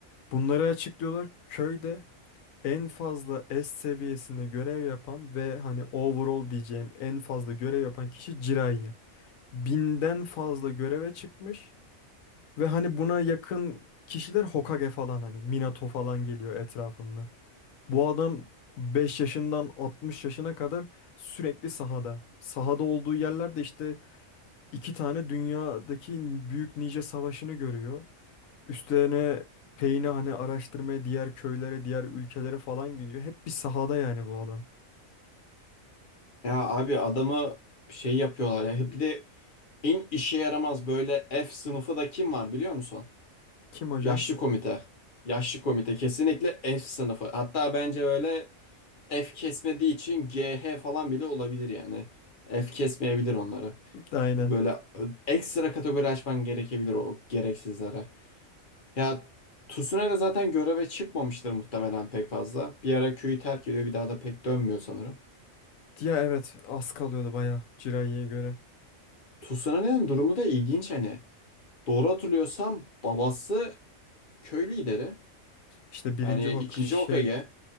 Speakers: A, on the left; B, on the left.
A: Bunları açıklıyorlar. Köyde en fazla S seviyesinde görev yapan ve hani overall diyeceğim en fazla görev yapan kişi Jiraiya. Binden fazla göreve çıkmış ve hani buna yakın kişiler Hokage falan hani Minato falan geliyor etrafında. Bu adam 5 yaşından 60 yaşına kadar sürekli sahada. Sahada olduğu yerlerde işte iki tane dünyadaki büyük nice savaşını görüyor. Üstlerine peyni hani araştırmaya diğer köylere, diğer ülkelere falan gidiyor. Hep bir sahada yani bu adam.
B: Ya abi adamı şey yapıyorlar ya. Bir de en işe yaramaz böyle F sınıfı da kim var biliyor musun?
A: Kim hocam?
B: Yaşlı komite. Yaşlı komite kesinlikle F sınıfı. Hatta bence böyle F kesmediği için GH falan bile olabilir yani. F kesmeyebilir onları.
A: Aynen.
B: Böyle ekstra kategori açman gerekebilir o gereksizlere. Ya Tsunade zaten göreve çıkmamıştır muhtemelen pek fazla. Bir ara köyü terk ediyor bir daha da pek dönmüyor sanırım.
A: Ya evet az kalıyordu bayağı Jiraiya'ya göre.
B: Tsunade'nin durumu da ilginç hani. Doğru hatırlıyorsam babası köy lideri.
A: İşte birinci
B: Hani
A: Hok
B: ikinci
A: şey
B: Hokage.